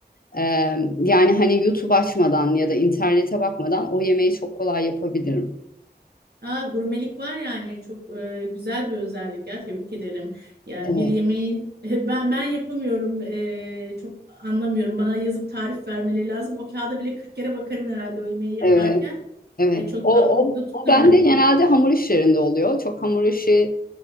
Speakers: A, on the left (about 60°); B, on the right (about 70°).
A: Ee, yani hani YouTube açmadan ya da internete bakmadan o yemeği çok kolay yapabilirim.
B: Aa, gurmelik var yani çok e, güzel bir özellik ya tebrik ederim. Yani
A: Evet,
B: bir yemeğin <laughs> ben ben yapamıyorum e, çok anlamıyorum. Bana yazıp tarif vermeleri lazım. O kağıda bile 40 kere bakarım herhalde o yemeği yaparken.
A: evet, evet.
B: E, çok
A: O,
B: aklımda
A: o,
B: tutamıyorum.
A: o bende genelde hamur işlerinde oluyor. Çok hamur işi